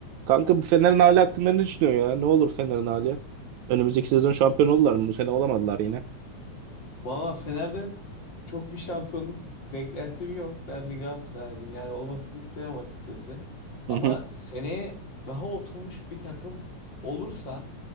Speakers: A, on the right; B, on the left.
A: Kanka bu Fener'in hali hakkında ne düşünüyorsun ya? Ne olur Fener'in hali? Önümüzdeki sezon şampiyon oldular mı? Bu sene olamadılar yine.
B: Valla Fener'den çok bir şampiyonluk beklentim yok. Ben bir Galatasaraylıyım. Yani olmasını istemem açıkçası.
A: Hı
B: Ama
A: hı.
B: seneye daha oturmuş bir takım olursa,